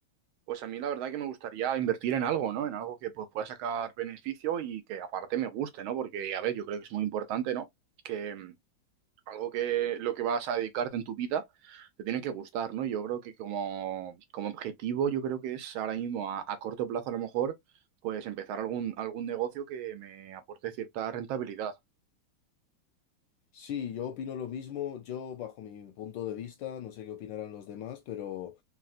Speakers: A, on the right (about 75°); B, on the left (about 75°).
A: Pues a mí la verdad que me gustaría invertir en algo, ¿no? En algo que pues, pueda sacar beneficio y que aparte me guste, ¿no? Porque, a ver, yo creo que es muy importante, ¿no? Que mm, algo que lo que vas a dedicarte en tu vida te tiene que gustar, ¿no? Yo creo que como, como objetivo, yo creo que es ahora mismo a, a corto plazo a lo mejor, pues empezar algún, algún negocio que me aporte cierta rentabilidad.
B: Sí, yo opino lo mismo. Yo, bajo mi punto de vista, no sé qué opinarán los demás, pero